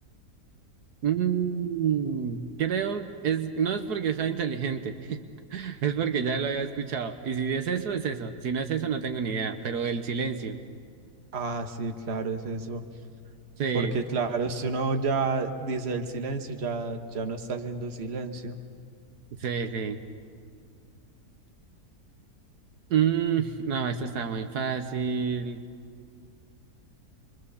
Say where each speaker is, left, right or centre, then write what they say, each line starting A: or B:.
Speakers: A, on the right; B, on the right.
A: Mm, creo, es, no es porque sea inteligente, <laughs> es porque ya lo había escuchado. Y si es eso, es eso. Si no es eso, no tengo ni idea. Pero el silencio.
B: Ah, sí, claro, es eso.
A: Sí,
B: Porque claro, si uno ya dice el silencio, ya, ya no está haciendo silencio.
A: sí, sí. Mm, no, esto está muy fácil.